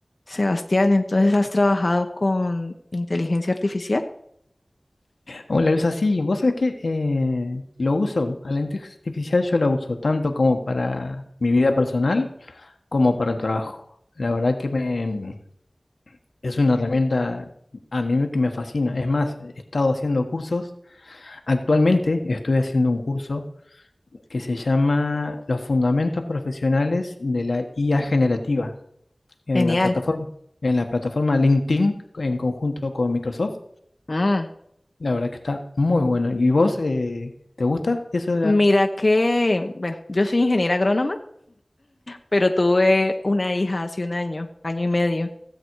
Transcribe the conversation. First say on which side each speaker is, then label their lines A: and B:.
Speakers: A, on the left (about 45°); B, on the left (about 85°).
A: Sebastián, entonces has trabajado con inteligencia artificial.
B: Hola Luisa, sí, vos sabés que eh, lo uso, a la inteligencia artificial yo la uso tanto como para mi vida personal como para el trabajo. La verdad que me, es una herramienta a mí me- que me fascina. Es más, he estado haciendo cursos. Actualmente estoy haciendo un curso que se llama Los Fundamentos Profesionales de la IA Generativa en
A: Genial.
B: la plataforma, en la plataforma LinkedIn en conjunto con Microsoft.
A: Mm,
B: La verdad que está muy bueno. ¿Y vos eh, te gusta eso
A: Mira que, bueno, yo soy ingeniera agrónoma pero tuve una hija hace un año, año y medio.